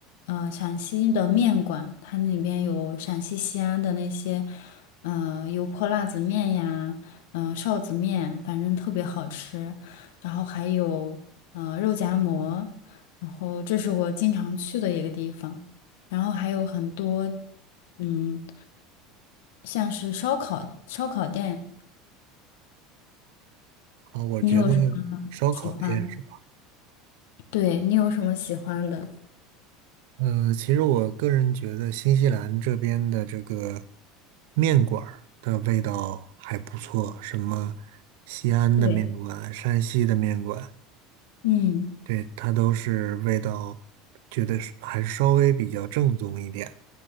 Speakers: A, on the left; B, on the right.
A: 呃，陕西的面馆，它那边有陕西西安的那些，呃，油泼辣子面呀，嗯、呃，臊子面，反正特别好吃。然后还有呃肉夹馍，然后这是我经常去的一个地方，然后还有很多嗯，像是烧烤烧烤店，
B: 哦，我觉得
A: 你有什么喜欢？
B: 烧烤店是吧？
A: 对，你有什么喜欢的？
B: 嗯，其实我个人觉得新西兰这边的这个面馆儿的味道还不错，什么西安的面馆、
A: 对，
B: 山西的面馆，
A: 嗯，
B: 对，它都是味道，觉得是还是稍微比较正宗一点。